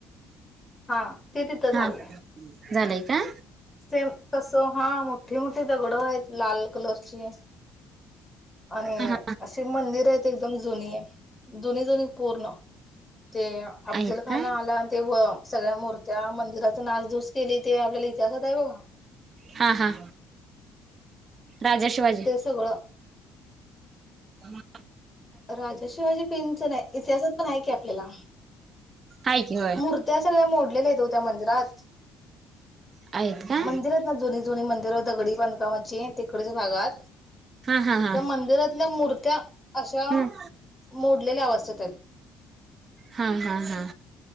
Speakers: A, on the left (about 15°); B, on the right (about 30°).
A: हा ते तिथं चाललंय.
B: हा झालंय का.
A: सेम तस हा मोठी मोठी दगड आहेत लाल कलरची. आणि
B: हा हा
A: अशी मंदिर आहेत एकदम जुनी आहे जुनी जुनी पूर्ण. ते अफजल
B: आहेत
A: खान
B: का?
A: आला आणि ते व सगळ्या मूर्त्या मंदिराचा नाचधूस केली ते आपल्याला जसात आहे बघा
B: हा हा राजा शिवाजी.
A: ते सगळं
B: <inaudible>
A: राजा शिवाजी पिंच नाही इतिहासात पण आहे की आपल्याला.
B: हाय की होय
A: मूर्त्या सगळ्या मोडलेल्या आहेते हो त्या मंदिरात.
B: आहेत का?
A: मंदिर आहेत ना जुनी जुनी मंदिर दगडी बांधकामाची तिकडेच भागात.
B: हा हा हा
A: त्या मंदिरातल्या मूर्त्या अ
B: हम्म
A: श्या मोडलेल्या अवस्थेत आहेत.
B: हा हा हा